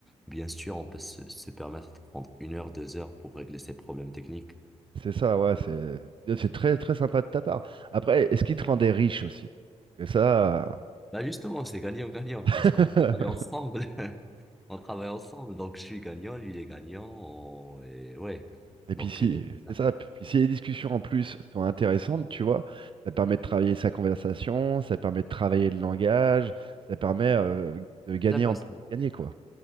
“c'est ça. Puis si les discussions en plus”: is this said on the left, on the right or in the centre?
Right